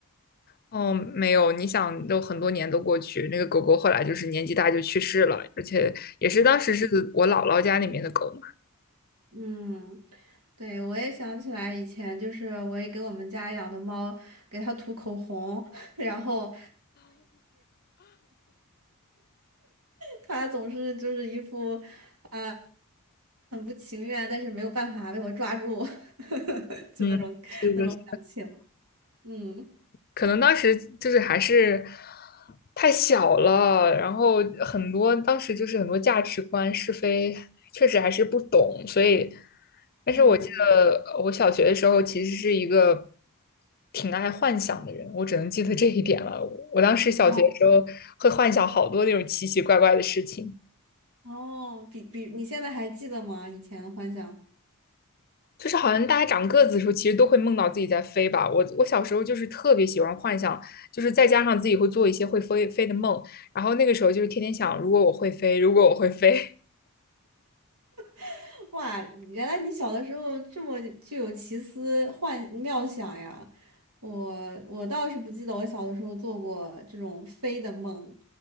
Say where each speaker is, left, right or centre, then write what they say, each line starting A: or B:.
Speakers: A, on the left; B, on the right.
A: 哦，没有，你想都很多年都过去，那个狗狗后来就是年纪大就去世了，而且也是当时是我姥姥家里面的狗嘛。
B: 嗯，对，我也想起来以前就是我也给我们家养的猫给它涂口红，<laughs> 然后它总是就是一副啊、很不情愿，但是没有办法被我抓住，<laughs> 就那种那种表情。
A: 嗯，是的，是
B: 嗯
A: 可能当时就是还是太小了，然后很多当时就是很多价值观是非，确实还是不懂，所以，但是我记得我小学的时候其实是一个
B: 嗯，
A: 挺爱幻想的人，我只能记得这一点了。我当时小学的时候会幻想好多那种奇奇怪怪的事情。
B: 哦哦，比比你现在还记得吗？以前的幻想。
A: 就是好像大家长个子的时候，其实都会梦到自己在飞吧。我我小时候就是特别喜欢幻想，就是再加上自己会做一些会飞飞的梦，然后那个时候就是天天想，如果我会飞，如果我会飞。
B: <laughs> 哇，原来你小的时候这么具有奇思幻妙想呀！我我倒是不记得我小的时候做过这种飞的梦，